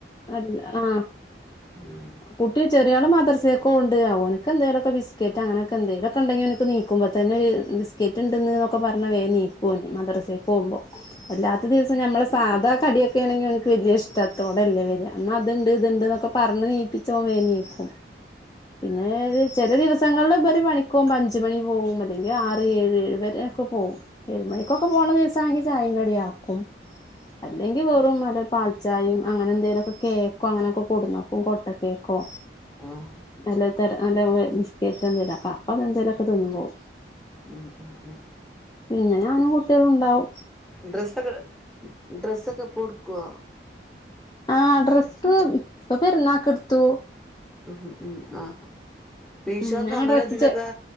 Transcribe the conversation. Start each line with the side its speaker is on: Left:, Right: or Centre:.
Left: അല്ല ആ
Centre: ഉം
Left: കുട്ടി ചെറിയ ആള് മാദ്രസയൊക്കെ ഉണ്ട് ഓ എനിക്ക് എന്തങ്കിലിമൊക്കെ ബിസ്ക്കറ്റ് അങ്ങനെ എന്തങ്കിലുമൊക്കെ ഉണ്ടെങ്കിൽ എണിക്കുമ്പോതന്നെ ബിസ്ക്കറ്റ് ഉണ്ടന്ന് ഒക്കെ പറ പറഞ്ഞാൽ വേഗം നീക്കുംഓന് മദ്രസെക്ക് പോവുമ്പോ അല്ലാത്ത ദിവസം നമ്മളെ സാധാ കടിയൊക്കെ ആണെങ്കിൽ ഓന്ക് വലിയ ഇഷ്ടാത്തോ എന്നാ അത്ണ്ട് ഇത്ണ്ട് എന്നൊക്കെ പറഞ്ഞ് നീൽപ്പിച്ചോ ഓൻ വേഗം നീക്കും പിന്നെ ഒരു ചെല ദിവസം ഞങ്ങൾ ഇവര് പണിക് പോകുമ്പോ അഞ്ചു മണി പോകും അല്ലെങ്കിൽ ആറ് ഏഴ് ഏഴ് വരെ ഒക്കെ പോവും ഏഴ് മണിക്കൊക്കെ പോകണ ദിവസമാണെങ്കിൽ ചായയും കടിയും ആക്കും അല്ലെങ്കിൽ വെറും നല്ല പാൽ ചായയും അങ്ങനെ എന്തേലുമൊക്കെ കേക്കോ അങ്ങനെഒകെ കൊടുന്നുവെക്കുമ്പോ കേക്കോ
Centre: ഉം
Left: നല്ല <unintelligible> കേകോ അപ്പൊ അതെന്തേലുംഒക്കെ തിന്നു പോകും
Centre: ഉം ഉം ഉം
Left: പിന്നെ ഞാനും കുട്ടിയാളും ഇണ്ടാവും.
Centre: ഡ്രെസ്സൊക്കെ ഡ്രെസ്സൊക്കെ എപ്പോഴും ഇടുകുവോ.
Left: ആ ഡ്രെസ് ഇപ്പോ പെരുന്നാൾക്ക് ഇടുത്തു.
Centre: ഉ ഉ ആഹ് മീഷോന്നും
Left: ഉ ഞങ്ങൾ
Centre: അങ്ങനെ
Left: ഡ്രസ്സ്‌
Centre: ഇതിന്നൊക്കെ